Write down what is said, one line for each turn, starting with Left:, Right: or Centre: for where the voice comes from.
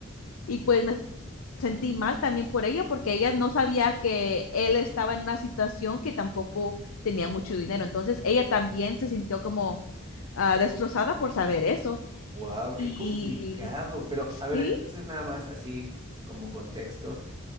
Left: y pues me sentí mal también por ella porque ella no sabía que él estaba en una situación que tampoco tenía mucho dinero. Entonces ella también se sintió como ah, destrozada por saber eso.
Right: Wow,
Left: Y
Right: qué complicado. Pero,
Left: sí,
Right: a ver, entonces nada más así como contexto,